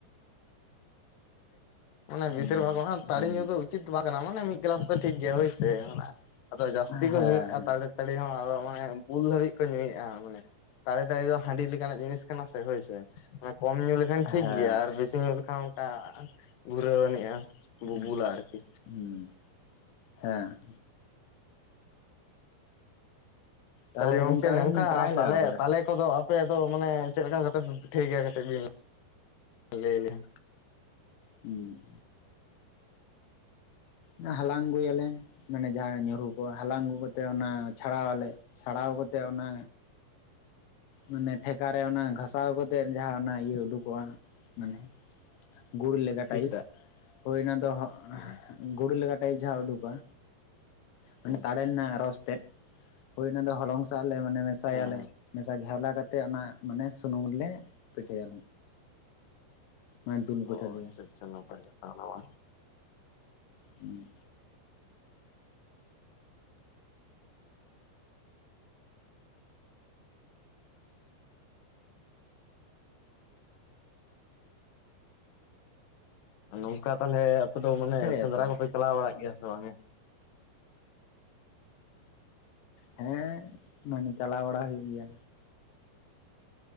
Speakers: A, on the left (about 65°); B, on the left (about 85°).
A: ᱚᱱᱮ
B: ᱦᱩᱸ
A: ᱵᱮᱥᱤᱨ ᱵᱷᱟᱜᱽ ᱚᱱᱟ ᱛᱟᱹᱲᱤ
B: ᱦᱩᱸ
A: ᱧᱩ ᱫᱚ ᱩᱪᱤᱛ ᱫᱚ ᱵᱟᱝ ᱠᱟᱱᱟ ᱢᱟᱱᱮ ᱢᱤᱫ ᱜᱮᱞᱟᱥ ᱫᱚ ᱴᱷᱤᱠ ᱜᱮᱭᱟ ᱦᱳᱭᱥᱮ ᱚᱱᱟ ᱟᱫᱚ ᱡᱟᱹᱥᱛᱤ
B: ᱦᱮᱸ
A: ᱠᱚ ᱧᱩᱭᱮᱫᱼᱟ ᱛᱟᱞᱮ
B: ᱦᱩᱸ
A: ᱛᱟᱹᱲᱤ ᱦᱚᱸ ᱟᱨᱚᱦᱚ ᱢᱟᱱᱮ ᱵᱩᱞ ᱫᱷᱟᱹᱵᱤᱡ ᱠᱚ ᱧᱩᱭᱮᱫᱼᱟ ᱢᱟᱱᱮ ᱛᱟᱞᱮ ᱛᱟᱹᱲᱤ ᱫᱚ ᱦᱟᱺᱰᱤ ᱞᱮᱠᱟᱱᱟᱜ ᱡᱤᱱᱤᱥ ᱠᱟᱱᱟ ᱥᱮ ᱦᱳᱭᱥᱮ ᱚᱱᱮ ᱠᱚᱢ ᱧᱩ ᱞᱮᱠᱷᱟᱱ ᱴᱷᱤᱠ
B: ᱦᱮᱸ
A: ᱜᱮᱭᱟ ᱟᱨ ᱵᱮᱥᱤ ᱧᱩ ᱞᱮᱠᱷᱟᱱ ᱠᱟ ᱜᱷᱩᱨᱟᱹᱣ ᱟᱹᱱᱤᱡᱼᱟ ᱵᱩᱵᱩᱞᱟ
B: ᱦᱩᱸ
A: ᱟᱨᱠᱤ᱾
B: ᱦᱩᱸ ᱦᱮᱸ᱾ ᱛᱟᱦᱚᱞᱮ
A: ᱛᱟᱦᱞᱮ ᱜᱚᱝᱠᱮ
B: ᱟᱵᱮᱱ
A: ᱱᱚᱝᱠᱟ
B: ᱵᱮᱱ ᱴᱨᱟᱭ ᱞᱮᱜᱟᱣ
A: ᱛᱟᱞᱮ
B: ᱟᱠᱟᱫᱟ
A: ᱛᱟᱞᱮ
B: ᱥᱮ
A: ᱠᱚᱫᱚ ᱟᱯᱮ ᱫᱚ ᱢᱟᱱᱮ ᱪᱮᱫ ᱞᱮᱠᱟ ᱠᱟᱛᱮ ᱯᱮ ᱯᱤᱴᱷᱟᱹᱭ ᱜᱮᱭᱟ ᱠᱟᱹᱴᱤᱡ ᱵᱤᱱ ᱞᱟᱹᱭ ᱟᱞᱤᱧᱟ᱾
B: ᱦᱩᱸ᱾ ᱚᱱᱮ ᱦᱟᱞᱟᱝ ᱟᱹᱜᱩᱭ ᱟᱞᱮ ᱢᱟᱱᱮ ᱡᱟᱦᱟᱸ ᱧᱩᱨᱩ ᱠᱚᱼᱟ ᱦᱟᱞᱟᱝ ᱟᱹᱜᱩ ᱠᱟᱛᱮ ᱚᱱᱟ ᱪᱷᱟᱲᱟᱣ ᱟᱞᱮ᱾ ᱪᱷᱟᱲᱟᱣ ᱠᱟᱛᱮᱜ ᱚᱱᱟ ᱢᱟᱱᱮ ᱴᱷᱮᱠᱟ ᱨᱮ ᱚᱱᱟ ᱜᱷᱟᱥᱟᱣ ᱠᱟᱛᱮᱜ ᱡᱟᱦᱟᱸ ᱚᱱᱟ ᱤᱭᱟᱹ ᱩᱰᱩᱠᱚᱜᱼᱟ ᱢᱟᱱᱮ ᱜᱩᱲ ᱞᱮᱠᱟ
A: ᱴᱷᱤᱠᱴᱷᱟᱠ
B: ᱴᱟᱭᱤᱯ ᱦᱳᱭ ᱚᱱᱟ ᱫᱚ
A: ᱦᱩᱸ
B: ᱜᱩᱲ ᱞᱮᱠᱟ ᱴᱟᱭᱤᱯ ᱡᱟᱦᱟᱸ ᱩᱰᱩᱠᱚᱜᱼᱟ ᱢᱟᱱᱮ
A: ᱦᱩᱸ
B: ᱛᱟᱲᱮ ᱨᱮᱱᱟᱜ ᱨᱚᱥ ᱛᱮᱫ, ᱦᱩᱭ ᱚᱱᱟ ᱫᱚ ᱦᱚᱞᱚᱝ ᱥᱟᱜ ᱞᱮ ᱢᱟᱱᱮ ᱢᱮᱥᱟᱭᱟᱞᱮ
A: ᱦᱮᱸ ᱦᱮᱸ
B: <unintelligible> ᱜᱷᱮᱣᱞᱟ ᱠᱟᱛᱮᱫ ᱚᱱᱟ ᱢᱟᱱᱮ ᱥᱩᱱᱩᱢ ᱞᱮ ᱯᱤᱴᱷᱟᱹᱭᱟᱞᱮ᱾ ᱢᱟᱱᱮ ᱫᱩᱞ ᱯᱤᱴᱷᱟᱹ
A: ᱚ
B: ᱞᱮᱭᱟ᱾
A: ᱟᱪᱪᱷᱟ ᱟᱪᱪᱷᱟ ᱱᱟᱯᱟᱭ ᱠᱟᱛᱷᱟ ᱚᱱᱟ ᱢᱟ᱾
B: ᱦᱩᱸ᱾
A: ᱱᱚᱝᱠᱟ ᱛᱟᱦᱚᱞᱮ ᱟᱯᱮ ᱫᱚ ᱢᱟᱱᱮ
B: ᱯᱤᱴᱷᱟᱹᱭᱟ
A: ᱥᱮᱸᱫᱽᱨᱟ
B: ᱥᱮ ᱵᱟᱝ
A: ᱠᱚᱯᱮ ᱪᱟᱞᱟ ᱵᱟᱲᱟ ᱜᱮᱭᱟ ᱥᱮ ᱵᱟᱝ ᱜᱮ?
B: ᱦᱮᱸ ᱢᱟᱱᱮ ᱪᱟᱞᱟᱣ ᱵᱟᱲᱟ ᱦᱩᱭᱩᱜ ᱜᱮᱭᱟ᱾